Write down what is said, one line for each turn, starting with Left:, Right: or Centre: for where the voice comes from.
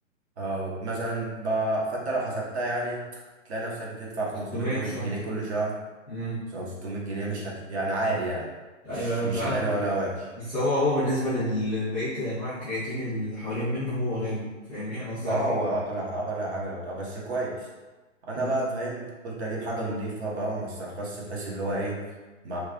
Right: اه مثلا ب... فانت لو حسبتها يعني تلاقي نفسك بتدفع خمسمية
Centre: 600
Right: جنيه
Centre: في الشهر
Right: جنيه كل شهر
Centre: امم
Right: او ستمية جنيه مش هت... يعني عادي يعني مش
Centre: ايوه انا
Right: مش
Centre: فهمت
Right: غالي ولا وحش
Centre: بس هو هو بالنسبة لبقية انواع الكرياتين اللي حوالين منه هو غالي فاهمني انا قصدي
Right: اه
Centre: على كده
Right: هو اغلى اغلى حاجه طب بس كويس انا
Centre: امم
Right: بقى فاهم قلت اجيب حاجه نضيفه بقى وما استرخصش بحيث اللي هو ايه ما